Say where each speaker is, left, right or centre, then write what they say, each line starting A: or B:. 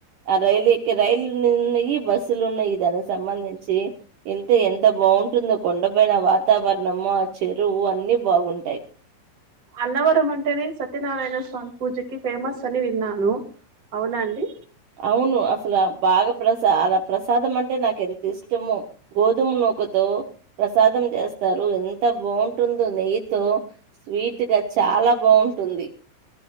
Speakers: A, on the right; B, on the right.
A: ఆ రైల్ ఎక్కే రైలు నున్నాయి బస్సులు ఉన్నాయి దానికి సంబంధించి. ఎంత ఎంత బావుంటుందో కొండపయిన వాతావరణము ఆ చెరువు అన్ని బాగుంటాయి.
B: అన్నవరం అంటేనే సత్యనారాయణ స్వామి పూజకి ఫేమస్ అని విన్నాను అవునా అండి
A: అవును అసల్ ఆ బాగా ప్రసారా ప్రసాదం అంటే నాకెంత్ ఇష్టమో గోధుమ్ నూకతో ప్రసాదం చేస్తారు ఎంత బాంటుందో నెయ్యితో స్వీట్గా చాలా బావుంటుంది.